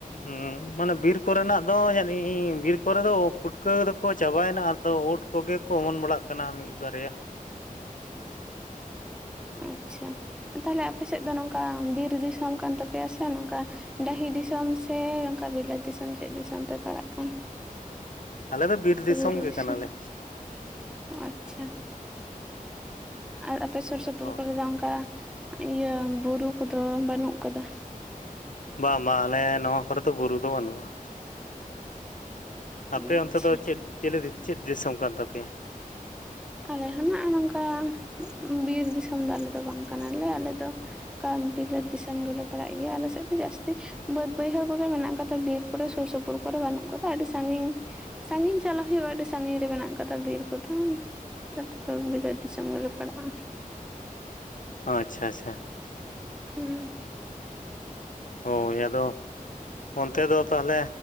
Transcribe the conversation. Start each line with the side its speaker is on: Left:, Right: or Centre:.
Left: ᱩᱸ ᱢᱟᱱᱮ ᱵᱤᱨ ᱠᱚᱨᱮᱱᱟᱜ ᱫᱚ ᱡᱟᱱᱤ ᱵᱤᱨ ᱠᱚᱨᱮ ᱫᱚ ᱯᱩᱴᱠᱟᱹ ᱫᱚᱠᱚ ᱪᱟᱵᱟᱭ ᱮᱱᱟ ᱟᱨ ᱛᱟᱣ ᱩᱫ ᱠᱚᱜᱮ ᱠᱚ ᱚᱢᱚᱱ ᱵᱟᱲᱟᱜ ᱠᱟᱱᱟ ᱢᱤᱫ ᱵᱟᱨᱭᱟ᱾
Centre: ᱟᱪᱪᱷᱟ, ᱛᱟᱦᱞᱮ ᱟᱯᱮ ᱥᱮᱫ ᱫᱚ ᱱᱚᱝᱠᱟ ᱵᱤᱨ ᱫᱤᱥᱚᱢ ᱠᱟᱱ ᱛᱟᱯᱮᱭᱟ ᱥᱮ ᱱᱚᱝᱠᱟ ᱰᱟᱹᱦᱤ ᱫᱤᱥᱚᱢ ᱥᱮ ᱚᱱᱠᱟ ᱵᱤᱞᱟᱹᱛ ᱫᱤᱥᱚᱢ ᱪᱮᱫ ᱫᱤᱥᱚᱢ ᱯᱮ ᱯᱟᱲᱟᱜ ᱠᱟᱱᱟ?
Left: ᱟᱞᱮ ᱫᱚ ᱵᱤᱨ
Centre: ᱥᱮ ᱵᱩᱨᱩ
Left: ᱜᱮ
Centre: ᱫᱤᱥᱚᱢ?
Left: ᱠᱟᱱᱟᱞᱮ
Centre: ᱟᱪᱪᱷᱟ᱾ ᱟᱨ ᱟᱯᱮ ᱥᱩᱨ ᱥᱩᱯᱩᱨ
Left: ᱦᱳᱭ
Centre: ᱠᱚᱨᱮ ᱫᱚ ᱚᱱᱠᱟ ᱤᱭᱟᱹᱭ ᱵᱩᱨᱩ ᱠᱚᱫᱚ ᱵᱟᱹᱱᱩᱜ ᱟᱠᱟᱫᱟ?
Left: ᱵᱟᱝ, ᱵᱟᱝ, ᱟᱞᱮ ᱱᱚᱣᱟ ᱠᱚᱨᱮ ᱫᱚ ᱵᱩᱨᱩ ᱫᱚ ᱵᱟᱹᱱᱩᱜᱼᱟ᱾
Centre: ᱟᱪᱪᱷᱟ
Left: ᱟᱯᱮ ᱚᱱᱛᱮ ᱫᱚ ᱪᱮᱫ ᱪᱤᱞ ᱪᱮᱫ ᱫᱤᱥᱚᱢ ᱠᱟᱱ ᱛᱟᱯᱮᱭᱟ?
Centre: ᱟᱞᱮ ᱦᱚᱸ ᱱᱟᱜ ᱱᱚᱝᱠᱟ ᱵᱤᱨ ᱫᱤᱥᱚᱢ ᱫᱚ ᱟᱞᱮ ᱫᱚ ᱵᱟᱝ ᱠᱟᱱᱟ ᱞᱮ, ᱟᱞᱮ ᱫᱚ ᱚᱠᱟ ᱵᱤᱞᱟᱹᱛ ᱫᱤᱥᱚᱢ ᱜᱮᱞᱮ ᱯᱟᱲᱟᱜ ᱜᱮᱭᱟ, ᱟᱞᱮ ᱥᱮᱫ ᱫᱚ ᱡᱟᱹᱥᱛᱤ ᱵᱟᱹᱫᱽ ᱵᱟᱹᱭᱦᱟᱹᱲ ᱠᱚᱜᱮ ᱢᱮᱱᱟᱜ ᱠᱟᱫᱟ᱾ ᱵᱤᱨ ᱠᱚᱨᱮ ᱥᱩᱨ ᱥᱩᱯᱩᱨ ᱠᱚᱨᱮ ᱵᱟᱹᱱᱩᱜ ᱠᱟᱫᱟ᱾ ᱟᱹᱰᱤ ᱥᱟᱺᱜᱤᱧ ᱥᱟᱺᱜᱤᱧ ᱪᱟᱞᱟ ᱦᱩᱭᱩᱜᱼᱟ, ᱟᱹᱰᱤ ᱥᱟᱺᱜᱤᱧ ᱨᱮ ᱢᱮᱱᱟᱜ ᱟᱠᱟᱫᱼᱟ ᱵᱤᱨ ᱠᱚᱫᱚ᱾ ᱛᱟᱨᱯᱚᱨᱮ ᱫᱚ ᱵᱤᱞᱟᱹᱛ ᱫᱤᱥᱚᱢ ᱜᱮᱞᱮ ᱯᱟᱲᱟᱜᱼᱟ᱾
Left: ᱚ ᱟᱪᱪᱷᱟ, ᱟᱪᱪᱷᱟ᱾
Centre: ᱦᱩᱸ᱾
Left: ᱦᱳᱭ ᱟᱫᱚ, ᱚᱱᱛᱮ ᱫᱚ ᱛᱟᱦᱞᱮ